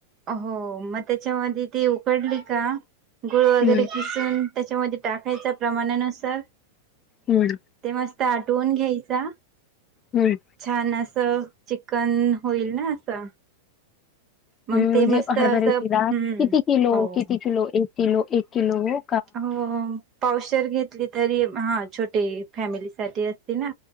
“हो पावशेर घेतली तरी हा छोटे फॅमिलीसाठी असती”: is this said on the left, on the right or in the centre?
Right